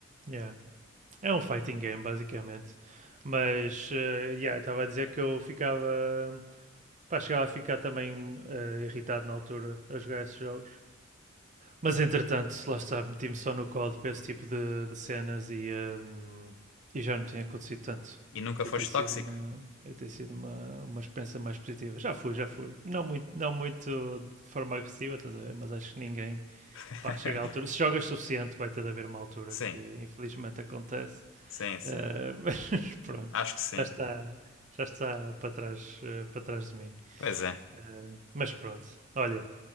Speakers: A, on the right; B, on the left.
A: Yeah. É um fighting game, basicamente. Mas, eh, yeah, estava a dizer que eu ficava. Pá, chegava a ficar também eh, irritado na altura a jogar esses jogos. Mas, entretanto, lá está, meti-me só no código para esse tipo de, de cenas e, ehm, e já não tem acontecido tanto.
B: E nunca
A: E tem
B: foste
A: sido
B: tóxico?
A: uma, e tem sido uma, uma experiência mais positiva. Já fui, já fui. Não muito, não muito de forma agressiva, estás a ver? Mas acho que ninguém
B: <laughs>
A: pá, chega a altura, se jogas suficiente, vai ter de haver uma altura
B: Sim,
A: que infelizmente acontece,
B: sim, sim.
A: eh, mas <laughs> pronto,
B: Acho que sim.
A: já está, já está para trás, eh, para trás de mim.
B: Pois é.
A: Eh, mas pronto, olha,